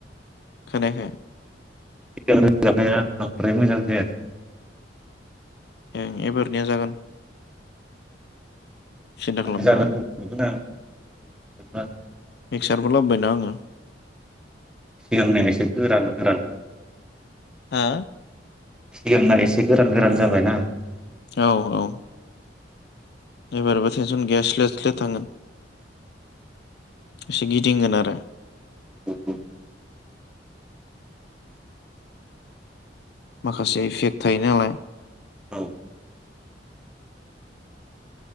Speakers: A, on the left; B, in the centre.
A: खोनायाखै?
B: सिगां रोजाबनाया बांद्राय मोजां जायासै
A: ए एबारनिया जागोन। सिन्था खालामनाङा
B: जागोन नुगोन आं। <inaudible>
A: मिक्सारबो लाबोबायना आंङो।
B: सिगांनिया एसे गोरान गोरान।
A: हा?
B: सिगांना एसे गोरान गोरान जाबायना।
A: औ औ एबारबो थेनसन गैया सिलेथ सिलेथ थांगोन। एसे गिदिंगोन आरो।
B: औ।
A: माखासे इफेक्ट थायो नालाय।
B: औ।